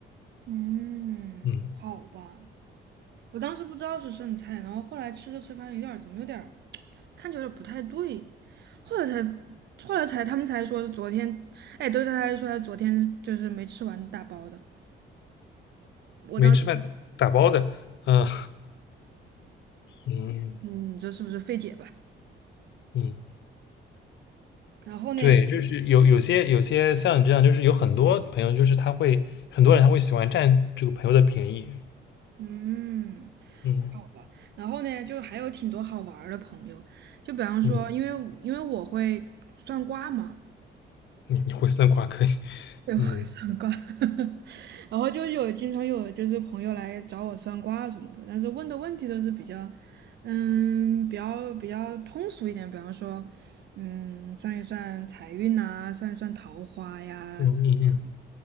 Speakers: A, on the right; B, on the left.
A: 嗯，
B: 嗯，
A: 好吧，我当时不知道是剩菜，然后后来吃着吃发现有点儿怎么有点儿看着有点儿不太对，后来才后来才他们才说是昨天，哎，对，他才说他昨天就是没吃完大包的，我当时
B: 没吃饭打包的，嗯嗯
A: 嗯，你说是不是费解吧？
B: 嗯。
A: 然后呢，
B: 对，就是有有些有些像你这样，就是有很多朋友，就是他会很多人他会喜欢占这个朋友的便宜。
A: 嗯，
B: 嗯
A: 好吧，然后呢，就还有挺多好玩儿的朋友，就比方说，
B: 嗯，
A: 因为因为我会算卦嘛，
B: 你你会算卦可以。
A: 对，我会算卦，
B: 嗯
A: <laughs> 然后就有经常有就是朋友来找我算卦什么的，但是问的问题都是比较，嗯，比较比较通俗一点，比方说，嗯，算一算财运呐、算一算桃花呀，
B: 嗯嗯嗯
A: 怎么这样的。